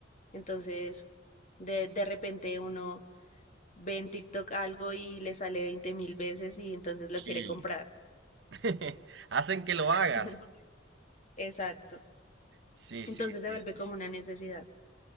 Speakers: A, on the left; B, on the right.
A: Entonces, de, de repente uno ve en TikTok algo y le sale veinte mil veces y entonces lo
B: Sí.
A: quiere comprar.
B: <laughs> Hacen que lo hagas.
A: <laughs> Exacto.
B: Sí,
A: Entonces
B: sí, sí,
A: se vuelve
B: sí.
A: como una necesidad.